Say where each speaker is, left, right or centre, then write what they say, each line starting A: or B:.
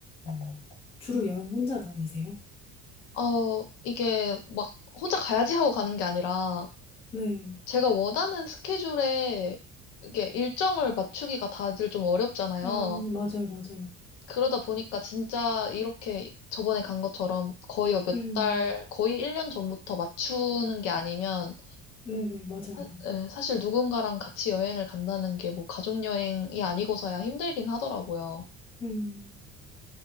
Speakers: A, on the left; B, on the left.
A: 음, 주로 여행 혼자 다니세요?
B: 어, 이게 막 혼자 가야지 하고 가는 게 아니라
A: 네.
B: 제가 원하는 스케줄에 이게 일정을 맞추기가 다들 좀 어렵잖아요.
A: 아, 맞아요, 맞아요.
B: 그러다 보니까 진짜 이렇게 저번에 간 것처럼 거의 뭐 몇
A: 음,
B: 달, 거의 1년 전부터 맞추는 게 아니면
A: 네네, 맞아요,
B: 사,
A: 맞아요.
B: 예, 사실 누군가랑 같이 여행을 간다는 게 뭐 가족 여행이 아니고서야 힘들긴 하더라고요.
A: 음,